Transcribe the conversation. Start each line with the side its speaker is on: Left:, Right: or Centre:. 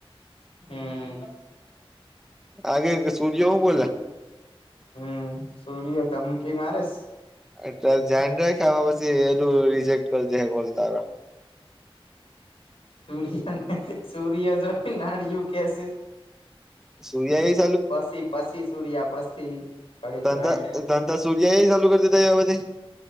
Left: હમ
Centre: હ આગે સૂર્ય હું બોલા
Left: હમ સૂર્ય ધમકી મારેસ
Centre: એટલે જન્ડ ખાવા પછી એલું રિજેક્ટ કરી દે બોલ તારો
Left: સૂર્યને સૂર્ય જો નાળિયું કેશ
Centre: સુયા આવી
Left: પછી પછી સૂર્યા પછી ઘડીક
Centre: ધંધા
Left: રહીને
Centre: ધંધા સૂર્યા ચાલુ કરી દીધા હતા એધ